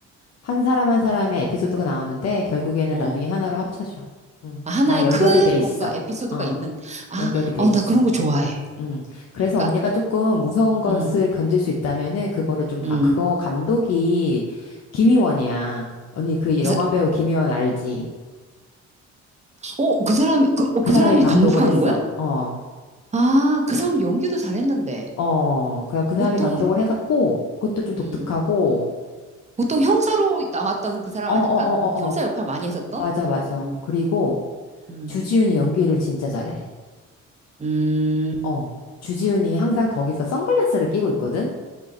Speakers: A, on the left; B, on the right.
A: 한 사람 한 사람의 에피소드가 나오는데, 결국에는
B: 어
A: 나중에 하나로 합쳐져. 응.
B: 아, 하나의
A: 다 연결이
B: 큰
A: 돼 있어.
B: 뭔가 에피소드가
A: 어,
B: 있는 아,
A: 연결이 돼
B: 어,
A: 있어.
B: 나 그런 거 좋아해.
A: 음. 그래서
B: 그러니까
A: 언니가 조금 무서운 것을
B: 음,
A: 건질 수 있다면은 그거를 좀 봐.
B: 음.
A: 그거 감독이 김희원이야. 언니 그
B: 그래서
A: 영화배우 김희원 알지?
B: 어, 그 사람 그, 어,
A: 그
B: 그
A: 사람이
B: 사람이
A: 감독을
B: 감독하는
A: 했어.
B: 거야?
A: 어.
B: 아, 그 사람 연기도 잘했는데
A: 어. 그래 그 사람이
B: 보통
A: 감독을 해갖고 그것도 좀 독특하고
B: 음. 보통 형사로 나왔던 그 사람
A: 어,
B: 아닌가?
A: 어, 어, 어,
B: 형사
A: 어.
B: 역할 많이 했었던?
A: 맞아, 맞아.
B: 음,
A: 그리고
B: 음,
A: 주지훈이 연기를 진짜 잘해.
B: 음,
A: 어. 주지훈이 항상 거기서 선글라스를 끼고 있거든?